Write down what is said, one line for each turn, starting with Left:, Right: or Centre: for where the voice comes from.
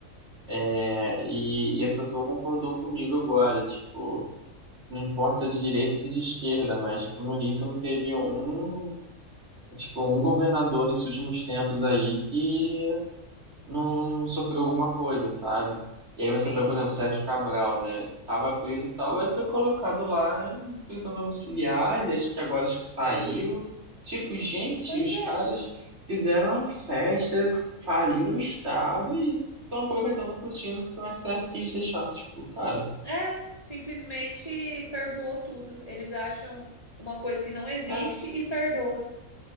Right: É, e, e a pessoa concordou comigo agora, tipo, não importa se é de direita ou se é de esquerda, mas tipo, no Rio você não teve um, tipo, um governador nesses últimos tempos aí que não, não, não sofreu alguma coisa, sabe? E aí
Left: Sim,
Right: você pega, por exemplo, Sérgio Cabral, né? Tava preso e tal, aí foi colocado lá em prisão domiciliar, e acho que agora acho que saiu.
Left: sim.
Right: Tipo, gente,
Left: Pois
Right: os
Left: é,
Right: caras fizeram a festa, faliram o Estado e estão aproveitando, curtindo, porque o STF quis deixar. Tipo, cara,
Left: é, simplesmente perdoou tudo. Eles acham uma coisa que não existe
Right: é,
Left: e perdoa.